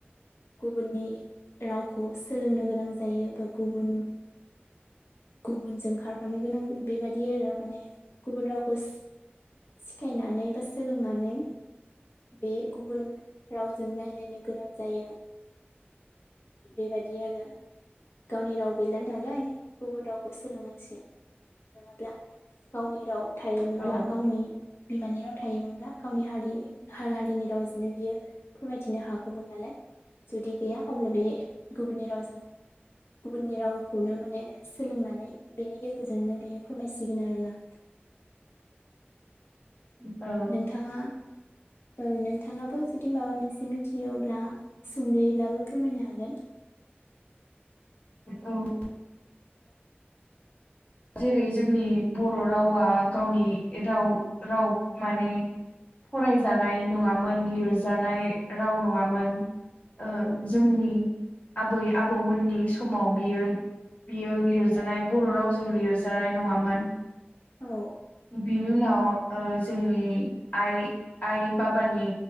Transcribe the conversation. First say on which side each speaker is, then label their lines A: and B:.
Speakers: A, on the left; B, on the left.
A: गुबुननि रावखौ सोलोंनो गोनां जायो बा गुबुन गुबुनजों खारफानो गोनां बेबायदि आरो माने गुबुन रावखौ सिखायनानै बा सोलोंनानै बे गुबुन रावजों रायज्लायनो गोनां जायो। बेबायाददि आरो गावनि राव गैला नालाय। गुबुन रावखौ सोलोंनांसिगोन नङाब्ला गावनि राव थायोमोनब्ला
B: औ
A: गावनि बिमानि राव थायोमोनब्ला गावनि हारि हारिनि रावजोंनो बियो फोरमायथिनो हागौमोन नालाय। जुदि गैया अब्ला बे गुबुननि रावजों गुबुननि रावखौनो माने सोलोंनानै बेनि गेजेरजोंनो बियो फोरमायसिगोन आरोना।
B: <unintelligible> औ
A: नोंथाङा ओ नोंथाङाबो जुदि माबा मोनसे मिथियोब्ला सुंद'योब्लाबो फोरमायनो हागोन।
B: औ। जेरै जोंनि बर' रावा गावनि राव-राव माने फरायजानाय नङामोन लिरजानाय राव नङामोन। ओ जोंनि आबै आबौमोननि समाव बियो बियो लिरजानाय बर' रावजों लिरजानाय नङामोन
A: औ
B: बिनि उनाव जोंनि आइ आइ बाबानि